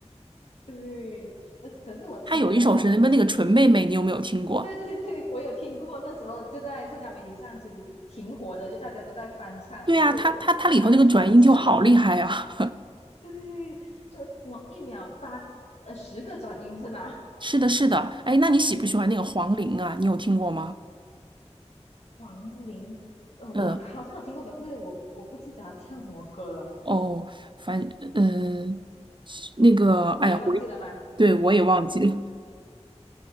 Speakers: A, on the left; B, on the right.
A: <laughs> 对，呃可是我听的，
B: 他有一首是什么那个纯妹妹，
A: 嗯，
B: 你有没有听过？
A: <laughs> 对对对，我有听过，那时候就在社交媒体上，其实挺火的，就大家都在翻唱，
B: 对呀、
A: 可是我我当然唱不起。
B: 他他他里头那个转音就好厉害啊！
A: <laughs> 对，就什么一秒八呃十个转音是吗？
B: <laughs> 是的，是的。哎，那你喜不喜欢那个黄龄啊？
A: 啊、
B: 你有听过吗？
A: 黄龄，呃，
B: 嗯，
A: 我好像有听过，可是我我不记得他唱什么歌了，
B: 哦，反嗯、呃那个，哎呀，
A: 你也忘记了吗？
B: 我
A: <laughs>
B: 对我也忘记了。